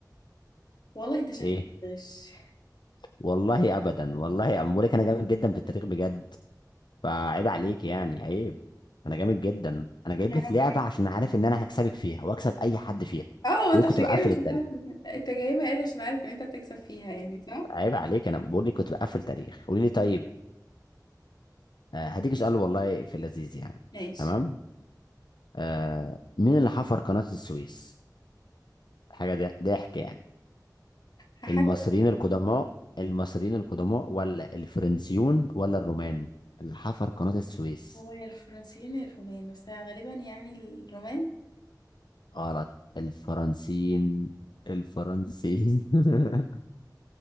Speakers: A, on the left (about 70°); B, on the left (about 90°).
A: والله انت شكلك
B: ايه
A: بتغش
B: والله ابدا والله أم- بقول لك انا جامد جدا في التاريخ بجد فعيب عليك يعني عيب انا جامد جدا انا جايب
A: يا عم
B: لك لعبة عشان عارف ان انا هكسبك فيها واكسب اي حد فيها
A: اه
B: بقول
A: انت
B: لك
A: مش
B: كنت
A: جايبه
B: بقفل
A: مش
B: التاريخ
A: هتعرف انت جايبه يعني عشان عارف ان انت هتكسب فيها يعني صح؟
B: عيب عليك انا بقول لك كنت بقفل تاريخ قولي لي طيب آه، هديك سؤال والله في اللذيذ يعني
A: ماشي
B: تمام آه مين اللي حفر قناة السويس؟ حاجة ضحك يعني
A: هحاول
B: المصريين
A: افتكر
B: القدماء المصريين القدماء ولا الفرنسيون ولا الرومان اللي حفر قناة السويس
A: هو يا الفرنسيين يا الرومان بس غالبا يعني الرومان
B: غلط الفرنسيين الفرنسيين <laughs>